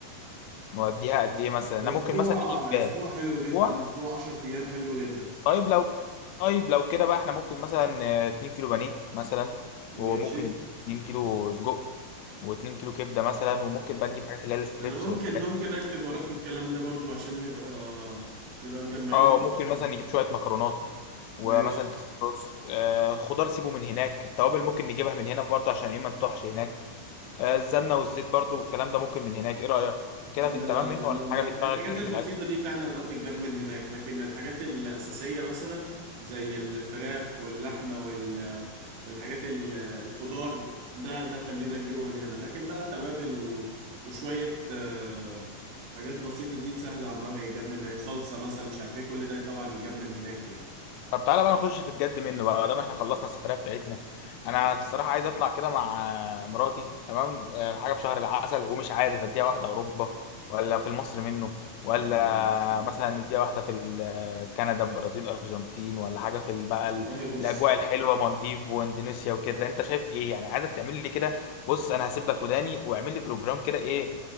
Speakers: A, on the left; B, on the right.
A: نوديها قد ايه مثلا انا
B: اسبوع
A: ممكن مثلا نجيب
B: اسبوع حلو
A: اسبوع
B: جدا اسبوع 10 ايام حلو جدا
A: طيب لو طيب لو كده بقى احنا ممكن مثلا آه، 2 كيلو بانيه مثلا وممكن
B: ماشي
A: نجيب 2 كيلو سجق و2 كيلو كبده مثلا وممكن بقى نجيب حاجات اللي هي الستريبس
B: انا ممكن
A: والحاجات
B: ممكن
A: دي
B: اكتب وراك الكلام ده برضو عشان نبقى نبقى مجمعين
A: اه
B: دنيتنا
A: ممكن مثلا نجيب شويه مكرونات ومثلا
B: ماشي
A: كيس رز آه الخضار سيبه من هناك التوابل ممكن نجيبها من هنا برضه عشان ايه ما نطحش هناك آه السمنه والزيت برضه والكلام ده ممكن من هناك ايه رايك كده
B: انا
A: في التمام منه
B: انا
A: ولا في
B: موافق
A: حاجه في دماغك
B: الحاجات
A: تاني
B: البسيطه
A: في الاكل
B: دي فعلا اه تتجاب من هناك لكن الحاجات الاساسيه مثلا زي الفراخ واللحمه وال والحاجات ال- الخضار ده ده خلينا نجيبه من هنا لكن بقى توابل و... وشويه آه، حاجات بسيطه دي سهله عمرها يتجاب من هناك صلصه مثلا مش عارف ايه كل ده طبعا يتجاب من هناك يعني
A: طب تعالى بقى نخش في الجد منه بقى ما دام احنا خلصنا السفرية بتاعتنا انا الصراحة عايز اطلع كده مع آه، مراتي تمام آه، حاجة في شهر العسل ومش عارف اديها واحدة اوروبا ولا في مصر منه ولا
B: الله الله
A: مثلا نديها واحدة في ال- آه، كندا البرازيل ارجنتين ولا حاجة في ال- بقى
B: والله
A: ال-
B: بص
A: الاجواء الحلوة مالديف واندونيسيا وكده انت شايف ايه يعني عايزك تعمل لي كده بص انا هسيب لك وداني واعمل لي بروجرام كده ايه